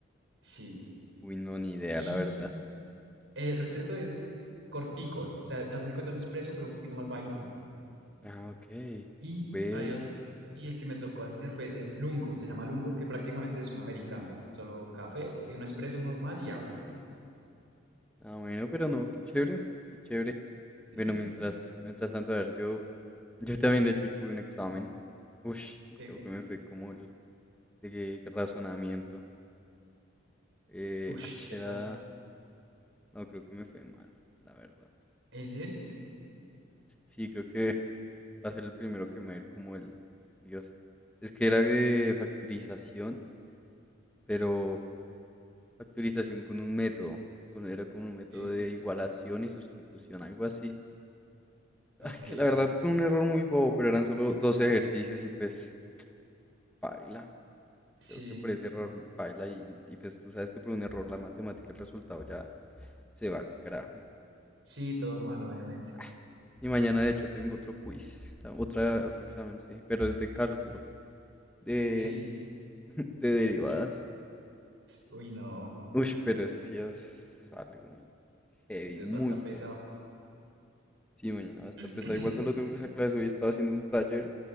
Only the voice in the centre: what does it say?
Uy, no, ni idea,
la verdad.
Ah, ok.
Ve.
Ah, bueno, pero no, qué chévere, qué chévere.
Bueno, mientras, mientras tanto, a ver, yo, yo también de hecho tuve un examen. Uy,
creo
que me fue como el de razonamiento. Eh,
ay,
era,
no, creo que me fue mal, la verdad.
Sí, creo que va a ser el primero que me va a ir como el, Dios. Es que era de factorización, pero factorización con un método, con, era como un método
de igualación y sustitución, algo así.
Ay, que la verdad fue un error muy bobo, pero eran solo dos ejercicios y pues paila.
Creo que por ese error paila y, y pues tú sabes que por un error la matemática, el resultado ya se va al carajo.
Ah, Y mañana de hecho tengo otro quiz, ta- otra, otro examen, sí, pero es de cálculo, de,
<laughs> de derivadas.
Uy, pero eso sí es algo muy heavy,
muy
heavy. Sí, mañana va a estar
pesado. Igual solo tengo esa clase, hoy estaba haciendo un taller